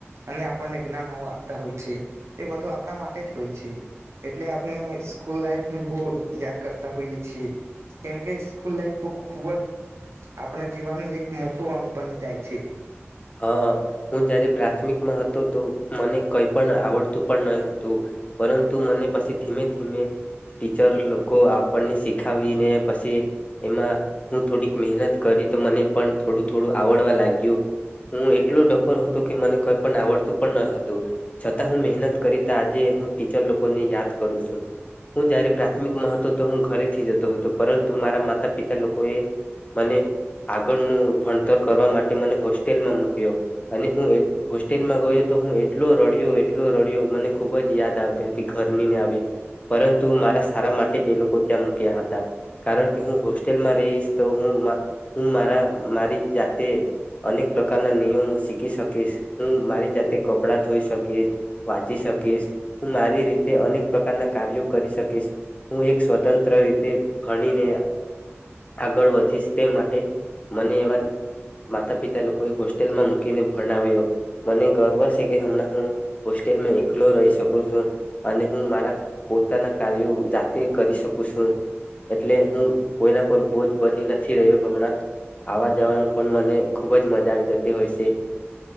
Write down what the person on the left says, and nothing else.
અ હું જ્યારે પ્રાથમિકમાં હતો તો મને કંઈ પણ આવડતું પણ નહીં હતું પરંતુ મને પછી ધીમે ધીમે ટીચર લોકો આપણને શીખાવીને પછી એમાં હું થોડીક મહેનત કરી તો મને પણ થોડું થોડું આવડ આવડવા લાગિયું હું એટલો ડફર હતો કે મને કઈ પણ આવડતું પણ ન હતું છતાં હું મહેનત કરીતા આજે હું ટીચર લોકોને યાદ કરું છું હું જયારે પ્રાથમિકમાં હતો તો હું ઘરેથી જતો હતો પરંતુ મારા માતા પિતા લોકો એ મને આગળનું ભણતર કરવા માટે મ હોસ્ટેલમાં મૂક્યો અને હું હોસ્ટેલમાં ગયો તો હું એટલો રડ્યો એટલો રડ્યો મને ખુબ જ યાદ આવતી હતી ઘરની ને આવી પરંતુ મારા સારા માટે જ એ લોકો ત્યાં મૂક્યા હતા કારણ કે હું હોસ્ટેલમાં રહીશ તો હું હું મારા મારી જાત અનેક પ્રકારના નિયમો શીખી શકીશ હું મારી જાતે કપડાં ધોઈ શકીશ વાંચી શકીશ હું મારી રીતે અનેક પ્રકારના કાર્યો કરી શકીશ હું એક સ્વતંત્ર રીતે ભણીને આગળ વધીશ તે માટે મને એવા માતા પિતાએ હોસ્ટેલમાં મૂકીને ભણાવ્યો મને ગર્વ છે કે હણાં હું હોસ્ટેલમાં એકલો રહી શકું છું અને હું મારા પોતાના કાર્યો જાતે કરી શકું છું એટલે હું કોઈના પર બોજ બની નથી રહ્યો હમણાં આવા જવાનું પણ મને ખુબ જ મજા આવી જતી હોય છે